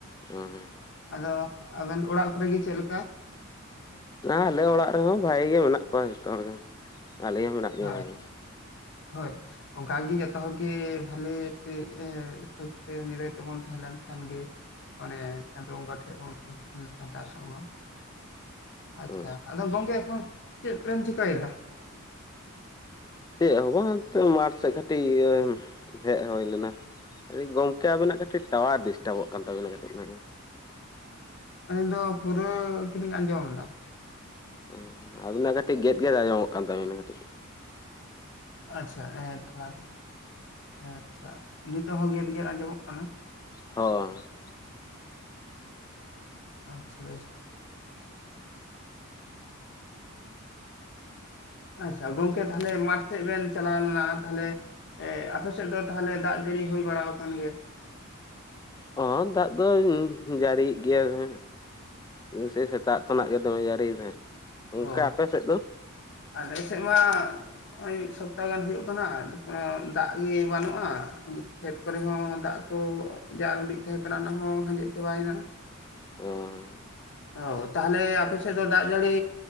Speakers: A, on the left; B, on the left.
A: ᱚᱦᱚᱸ ᱻ
B: ᱟᱫᱚ ᱟᱵᱮᱱ ᱚᱲᱟᱜ ᱠᱚᱨᱮ ᱜᱮ ᱪᱮᱫ ᱞᱮᱠᱟ?
A: ᱦᱮᱸᱻ ᱟᱞᱮ ᱚᱲᱟᱜ ᱨᱮᱦᱚᱸ ᱵᱷᱟᱹᱜᱤ ᱜᱮ ᱢᱮᱱᱟᱜ ᱠᱚᱣᱟ ᱡᱷᱚᱛᱚ ᱦᱚᱲ ᱜᱮ ᱟᱞᱮ ᱦᱚᱸ ᱢᱮᱱᱟᱜ ᱞᱤᱧᱟ
B: ᱦᱮᱸᱻ
A: ᱵᱷᱟᱜᱮ ᱜᱮ
B: ᱦᱚᱭ ᱚᱱᱠᱟ ᱜᱮ ᱡᱚᱛᱚ ᱦᱚᱲ ᱜᱮ ᱵᱷᱟᱞᱮ <unintelligible> ᱱᱤᱨᱟᱹᱭ ᱛᱮ ᱵᱚᱱ ᱛᱟᱦᱮᱸ ᱞᱮᱱ ᱠᱷᱟᱱ ᱜᱮ ᱢᱟᱱᱮ ᱪᱟᱸᱫᱚ ᱵᱚᱸᱜᱟ ᱴᱷᱮᱡ ᱵᱚᱱ ᱟᱨᱫᱟᱥᱚᱜ ᱢᱟ ᱾ ᱟᱪᱪᱷᱟ
A: ᱚ
B: ᱟᱫᱚ ᱜᱚᱝᱠᱮ ᱮᱠᱷᱚᱱ ᱪᱮᱫ ᱵᱮᱢ ᱪᱤᱠᱟᱹᱭ ᱫᱟ?
A: ᱪᱮᱫ ᱦᱚᱸ ᱵᱟᱝ ᱱᱤᱛᱚᱜ ᱢᱟᱴ ᱥᱮᱫ ᱠᱟᱹᱴᱤᱡ ᱤᱭᱟᱹ ᱦᱮᱡ ᱦᱩᱭ ᱞᱮᱱᱟ ᱾ ᱠᱟᱹᱴᱤᱡ ᱜᱚᱝᱠᱮ ᱟᱹᱵᱤᱱᱟᱜ ᱠᱟᱹᱴᱤᱡ ᱴᱟᱣᱟᱨ ᱰᱤᱥᱴᱟᱵᱚᱜ ᱠᱟᱱ ᱛᱟᱹᱵᱤᱱᱟ ᱠᱟᱹᱴᱤᱡ ᱾
B: ᱟᱹᱞᱤᱧ ᱫᱚ ᱯᱩᱨᱟᱹ ᱜᱮ ᱞᱤᱧ ᱟᱸᱡᱚᱢ ᱮᱫᱟ ᱾
A: ᱦᱩᱸ ᱟᱹᱵᱤᱱᱟᱜ ᱠᱟᱹᱴᱤᱡ ᱜᱮᱫ ᱜᱮᱫ ᱟᱸᱡᱚᱢᱚᱜ ᱠᱟᱱ ᱛᱟᱹᱵᱤᱱᱟ ᱠᱟᱹᱴᱤᱡ ᱾
B: ᱟᱪᱪᱷᱟ ᱮᱸ ᱛᱷᱚᱲᱟ ᱟᱪᱪᱷᱟ ᱱᱤᱛᱚᱜ ᱦᱚᱸ ᱜᱮᱫ ᱟᱸᱡᱚᱢᱚᱜ ᱠᱟᱱᱟ ᱾
A: ᱦᱚᱭ ᱻ
B: ᱟᱪᱪᱷᱟ <unintelligible> ᱟᱪᱪᱷᱟ ᱜᱚᱝᱠᱮ ᱛᱟᱦᱞᱮ ᱢᱟᱴᱷ ᱥᱮᱫ ᱵᱮᱱ ᱪᱟᱞᱟᱣ ᱞᱮᱱᱟ ᱛᱟᱦᱞᱮ ᱮᱻ ᱟᱯᱮ ᱥᱮᱫ ᱫᱚ ᱛᱟᱦᱞᱮ ᱫᱟᱜ ᱡᱟᱹᱲᱤ ᱦᱩᱭ ᱵᱟᱲᱟ ᱟᱠᱟᱱ ᱜᱮ
A: ᱦᱚᱸᱻ ᱫᱟᱜ ᱫᱚᱭ ᱡᱟᱹᱲᱤ ᱭᱮᱜ ᱜᱮᱭᱟ ᱥᱮ ᱥᱮᱛᱟᱜ ᱠᱷᱚᱱᱟᱜ ᱜᱮ ᱫᱚᱢᱮ ᱡᱟᱹᱲᱤ ᱫᱟᱭ ᱚᱱᱠᱟ
B: ᱚ
A: ᱟᱯᱮ ᱥᱮᱫ ᱫᱚ?
B: ᱟᱞᱮ ᱥᱮᱫ ᱢᱟ ᱱᱚᱜᱼᱚᱭ ᱢᱤᱫ ᱥᱚᱯᱛᱟ ᱜᱟᱱ ᱦᱩᱭᱩᱜ ᱠᱟᱱᱟ, ᱠᱚᱱᱳ ᱫᱟᱜ ᱜᱮ ᱵᱟᱱᱩᱜᱼᱟ ᱾ ᱠᱷᱮᱛ ᱠᱚᱨᱮ ᱦᱚᱸ ᱫᱟᱜ ᱠᱚ ᱡᱟ ᱩᱸᱰᱤᱡ ᱛᱟᱦᱮᱸ ᱠᱟᱱᱟ ᱚᱱᱟ ᱦᱚᱸ ᱟᱸᱡᱮᱫ ᱪᱟᱵᱟᱭᱮᱱᱟ ᱾
A: ᱚᱦᱚᱸᱻ
B: ᱚᱻ ᱛᱟᱦᱚᱞᱮ ᱟᱯᱮᱥᱮᱫ ᱫᱚ ᱫᱟᱜ ᱡᱟᱹᱲᱤ